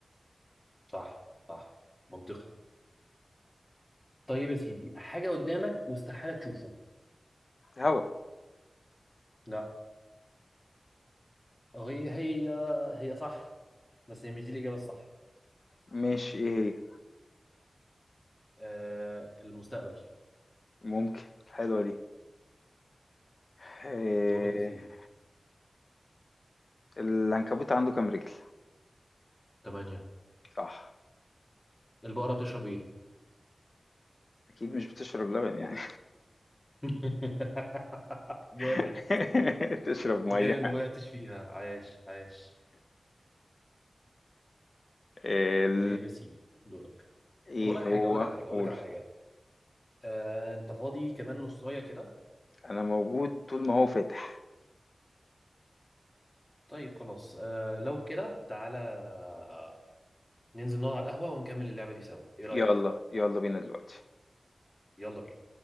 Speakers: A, on the left; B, on the left.
A: صح صح منطقي طيب يا سيدي حاجه قدامك واستحاله تشوفه
B: الهوا.
A: لا هي هي هي صح بس هي مش دي الاجابه الصح
B: ماشي إيه هي؟
A: آه المستقبل
B: ممكن، حلوة دي. آآ
A: دورك يا سيدي
B: العنكبوت عنده كام رجل؟
A: تمانية
B: صح.
A: البقره بتشرب ايه
B: أكيد مش بتشرب لبن يعني.
A: <laughs> جامد
B: <laughs> تشرب مَيّة.
A: جامد ما وقعتش فيها عايش عايش
B: آآ ال
A: طيب يا سيدي دورك
B: إيه
A: طب اقول لك حاجه
B: هو؟
A: اقول لك على حاجه اقول
B: قُل.
A: لك على حاجه آه، انت فاضي كمان نصايه كده
B: أنا موجود طول ما هو فاتح.
A: طيب خلاص آه لو كده تعالى آه ننزل نقعد على القهوة ونكمل اللعبة دي سوا ايه رأيك
B: يالّا، يالّا بينا دلوقتي.
A: يلا بينا